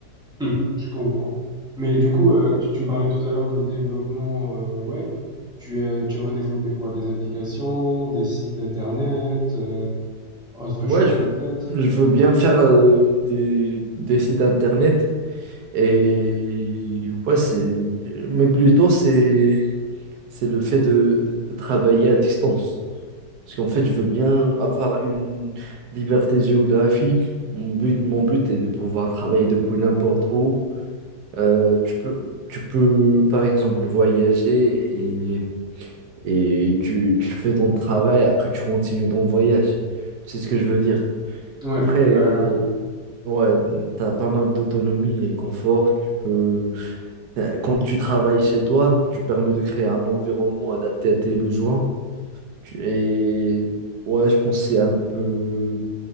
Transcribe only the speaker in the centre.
Hmm, je comprends. Mais du coup, euh, tu, tu me parlais tout à l'heure de développement euh, web. Tu, euh, tu aimerais développer quoi? Des applications, des sites internet, euh, autre
chose
peut-être?
Ouais,
bah,